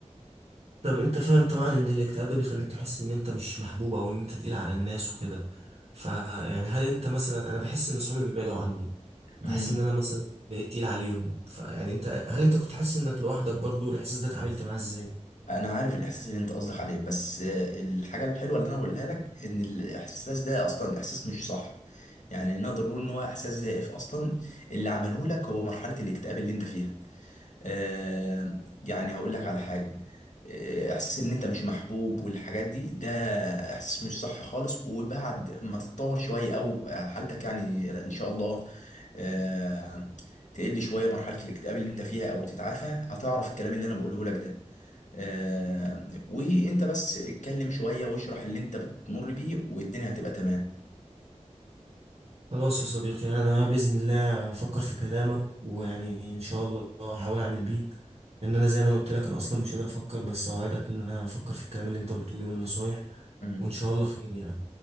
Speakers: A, on the right (about 55°); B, on the left (about 80°).
A: طب انت فاهم طبعا ان الاكتئاب ده بيخليك تحس ان انت مش محبوب او ان انت تقيل على الناس وكده فيعني هل انت مثلا انا بحس ان صحابي بيبعدوا عني بحس
B: يعني
A: ان انا مثلا بقيت تقيل عليهم فيعني انت هل انت كنت حاسس انك لوحدك برضو الاحساس ده اتعاملت معاه ازاي
B: انا عارف الاحساس اللي انت قصدك عليه بس آه، الحاجه الحلوه اللي انا هقولها لك ان الاحساس ده اصلا احساس مش صح يعني نقدر نقول ان هو احساس زائف اصلا اللي عمله لك هو مرحله الاكتئاب اللي انت فيها آه يعني هقول لك على حاجه آه، احساس ان انت مش محبوب والحاجات دي ده احساس مش صح خالص وبعد ما تتطور شويه او حالتك يعني ان شاء الله آه تقل شويه مرحله الاكتئاب اللي انت فيها او تتعافى هتعرف الكلام اللي انا بقوله لك ده آه، وانت بس اتكلم شوية واشرح اللي انت بتمر بيه والدنيا هتبقى تمام
A: خلاص يا صديقي انا باذن الله افكر في كلامك ويعني ان شاء الله هحاول اعمل بيه ان انا زي ما انا قلت لك انا اصلا مش قادر افكر بس اوعدك ان انا افكر في الكلام اللي انت قلته لي والنصايح
B: امم
A: وان شاء الله خير يعني